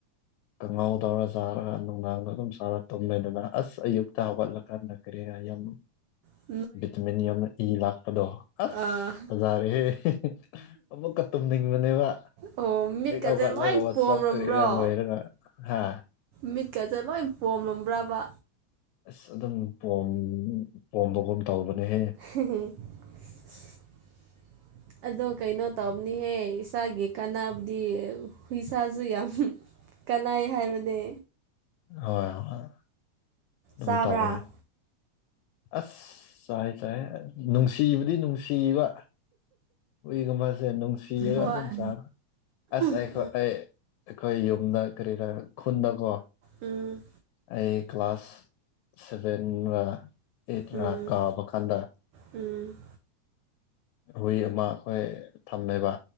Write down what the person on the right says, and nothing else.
ꯎ <unintelligible> <inaudible>
ꯑꯥ
ꯑꯣ ꯃꯤꯠꯀꯁꯦ
ꯂꯣꯏ
ꯄꯣꯝꯔꯝꯕ꯭ꯔꯣ
ꯃꯤꯠꯀꯁꯦ ꯂꯣꯏ ꯄꯣꯝꯂꯝꯕ꯭ꯔꯥꯕ
<inaudible> ꯑꯗꯣ ꯀꯩꯅꯣ ꯇꯧꯅꯤꯍꯦ ꯏꯁꯥꯒꯤ ꯀꯥꯟꯅꯕꯗꯤ ꯍꯨꯏꯁꯥꯁꯨ ꯌꯥꯝ ꯀꯥꯟꯅꯩ ꯍꯥꯏꯕꯅꯦ
ꯆꯥꯕ꯭ꯔꯥ
ꯍꯣꯏ
ꯎꯝ
ꯎꯝ
ꯎꯝ
ꯎꯝ